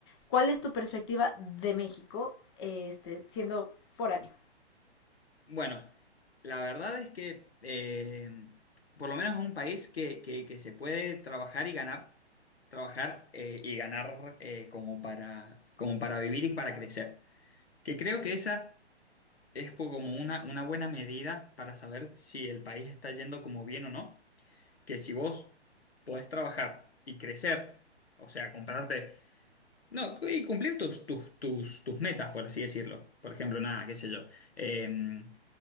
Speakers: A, on the left; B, on the left.
A: ¿Cuál es tu perspectiva de México, eh, este, siendo foráneo?
B: Bueno, la verdad es que eh, por lo menos es un país que, que- que se puede trabajar y ganar, trabajar eh, y ganar eh, como para, como para vivir y para crecer. Que creo que esa es po- como una, una buena medida para saber si el país está yendo como bien o no. Que si vos podés trabajar y crecer, o sea, comprarte... No, y cumplir tus, tus, tus, tus metas, por así decirlo. Por ejemplo, nada, qué sé yo. em,